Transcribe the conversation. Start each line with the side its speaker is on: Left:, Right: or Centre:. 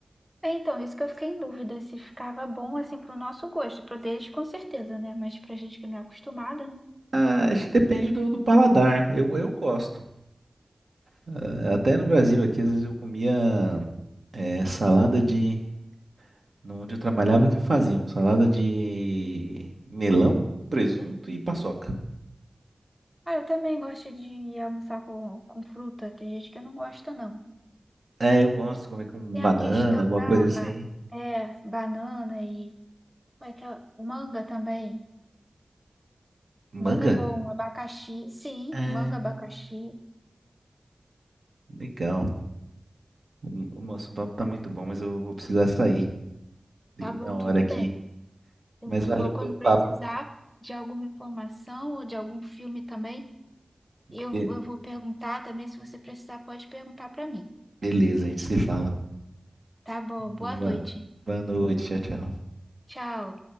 Centre: É, então, isso que eu fiquei em dúvida, se ficava bom assim pro nosso gosto, pro deles com certeza, né? Mas pra gente que não é acostumada,
Right: Ah, acho que depende do, do paladar. Eu, eu gosto. Ah, Até no Brasil aqui, às vezes eu comia é, salada de, no- onde eu trabalhava, que faziam salada de melão, presunto e paçoca.
Centre: Ah, eu também gosto de almoçar com, com fruta. Tem gente que não gosta, não.
Right: É, eu gosto
Centre: E
Right: de comer com
Centre: tem
Right: banana,
Centre: a questão
Right: alguma
Centre: da
Right: coisa assim.
Centre: é, banana e como é que é? manga também.
Right: Manga?
Centre: Manga é bom, abacaxi, sim,
Right: É,
Centre: manga, abacaxi,
Right: legal. O Moço, o nosso papo tá muito bom, mas eu vou precisar sair. Deu
Centre: tá bom,
Right: minha hora
Centre: tudo
Right: aqui.
Centre: bem. Eu-
Right: Mas valeu
Centre: ó, Quando
Right: pelo
Centre: precisar
Right: papo.
Centre: de alguma informação ou de algum filme também, eu,
Right: Be-
Centre: eu vou perguntar também. Se você precisar, pode perguntar para mim.
Right: beleza, a gente se fala.
Centre: Tá bom, boa
Right: Boa,
Centre: noite.
Right: boa noite, tchau, tchau.
Centre: Tchau.